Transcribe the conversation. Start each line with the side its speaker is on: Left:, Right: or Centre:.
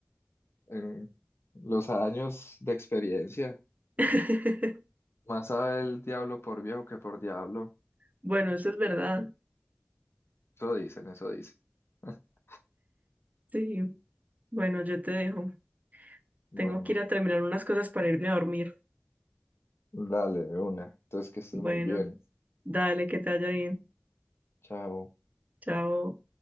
Left: en los años de experiencia,
Right: <laughs>
Left: más sabe el diablo por viejo que por diablo.
Right: Bueno, eso es verdad.
Left: Eso dicen, eso dicen. <laughs>
Right: Sí. Bueno, yo te dejo.
Left: Bueno,
Right: Tengo que ir a terminar unas cosas para irme a dormir.
Left: dale de una. Entonces que estés
Right: Bueno,
Left: muy bien.
Right: dale, que te vaya bien.
Left: Chao.
Right: Chao.